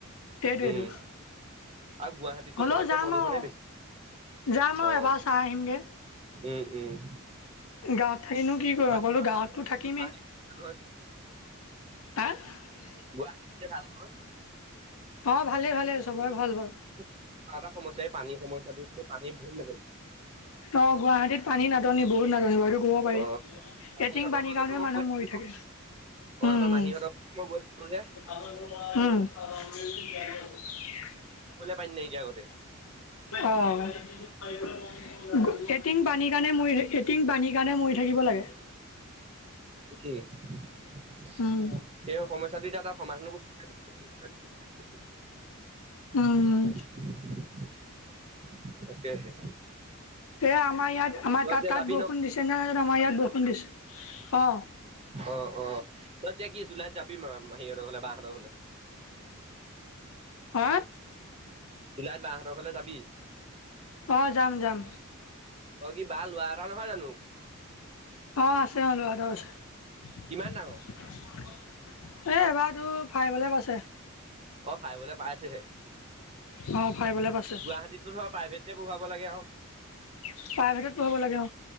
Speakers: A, on the left; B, on the right.
A: সেইটোৱেতো
B: উম, আৰু গুৱাহাটীততো
A: হ'লেও
B: চবতকে
A: যাম
B: প্ৰদূষণে
A: আও।
B: বেছি
A: যাম আৰু
B: অ',
A: এবাৰ চাই আহিমগে।
B: উম উম।
A: গাঁৱত থাকিনো কি কৰোঁ
B: বাকী
A: আকৌনো
B: তহঁতৰ
A: গাঁৱততো থাকিমেই
B: গুৱাহাটী নহয়,
A: আ
B: গুৱাহাটীতে ভালকৈ
A: অ ভালেই ভালে আৰু চবৰে ভাল বাৰু।
B: <unintelligible>
A: অ গুৱাহাটীত পানী নাটনি বহুত নাট- তো ক'ব পাৰি
B: অ', মাহীহঁতৰ
A: এটিং পানীৰ
B: ঘৰলেতো
A: কাৰণে
B: মই
A: মানুহ
B: গৈ থাকো
A: মৰি থাকে
B: অ
A: উম
B: আমাৰ
A: উম
B: মাহীহঁতৰ গৈছিলোঁ মানে।
A: উম
B: পাৰিম নেকি আগতে।
A: <inaudible> সেইকাৰণে মৰি থাকিব লাগে।
B: কি? <unintelligible>
A: উম উম
B: তাকেহে।
A: এই আমাৰ ইয়াত আমাৰ
B: তই
A: তাত
B: এতিয়া
A: তাত
B: যাবি
A: বৰষুণ
B: ন'
A: দিছে ন আমাৰ ইয়াত বৰষুণ দিছে অ।
B: অ অ তই এতিয়া কি জুলাইত যাবি মাহীহঁতৰ ঘৰলে?
A: অ
B: জুলাইত বা হতৰ ঘৰলে যাবি?
A: অ যাম যাম
B: তই কি বা লোৱা এটা নহয় জানোঁ?
A: <inaudible>
B: কিমান ডাঙৰ?
A: <inaudible>
B: অ ফাইবলে পাইছেহে।
A: অ। ফাইভ লে পাইছে
B: গুৱাহাটীতো ধৰ প্ৰাইভেট পঢ়াব লাগে আৰু।
A: প্ৰাইভেটত পঢ়াব লাগে অ